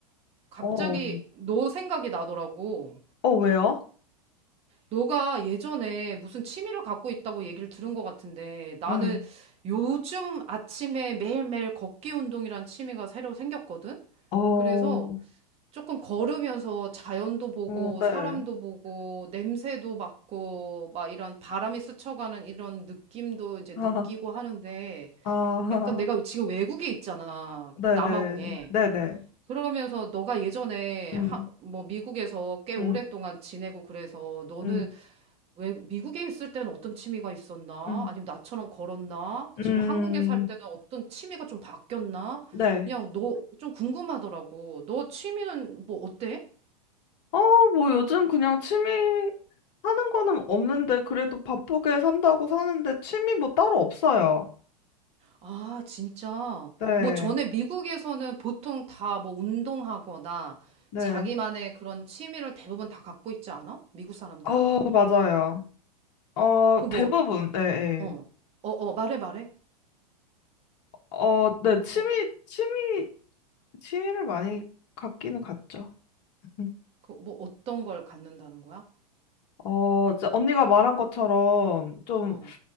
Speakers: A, on the right; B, on the left.
A: 갑자기
B: 어,
A: 너 생각이 나더라고.
B: 어, 왜요?
A: 너가 예전에 무슨 취미를 갖고 있다고 얘기를 들은 것 같은데 나는
B: 응.
A: 요즘 아침에 매일매일 걷기 운동이란 취미가 새로 생겼거든?
B: 어, 어,
A: 그래서 조금 걸으면서 자연도 보고
B: 네.
A: 사람도 보고 냄새도 맡고 막 이런 바람이 스쳐가는 이런 느낌도 이제
B: <laughs>
A: 느끼고 하는데
B: 아, 아,
A: 약간 내가 지금 외국에 있잖아.
B: 네네.
A: 남아공에.
B: 네네.
A: 그러면서 너가 예전에
B: 음,
A: 하, 뭐 미국에서 꽤 오랫동안
B: 음,
A: 지내고 그래서 너는
B: 음,
A: 왜 미국에 있을 때는 어떤 취미가 있었나?
B: 음,
A: 아니면 나처럼 걸었나? 지금
B: 음,
A: 한국에 살 때는 어떤 취미가 좀 바뀌었나?
B: 네.
A: 그냥 너 좀 궁금하더라고. 너 취미는 뭐 어때?
B: 어, 뭐 요즘 그냥 취미 하는 거는 없는데, 그래도 바쁘게 산다고 사는데, 취미 뭐 따로 없어요.
A: 아, 진짜.
B: 네,
A: 뭐 전에 미국에서는 보통 다 뭐 운동하거나
B: 네.
A: 자기만의 그런 취미를 대부분 다 갖고 있지 않아? 미국 사람들은?
B: 어, 맞아요. 어,
A: 그 뭐,
B: 대부분, 네,
A: 어,
B: 네.
A: 어, 어, 말해, 말해.
B: 어, 네, 취미,
A: 어,
B: 취미, 취미를 많이 갖기는 갖죠. <laughs>
A: 그 뭐 어떤 걸 갖는다는 거야?
B: 어, 이제 언니가 말한 것처럼 좀,
A: 어,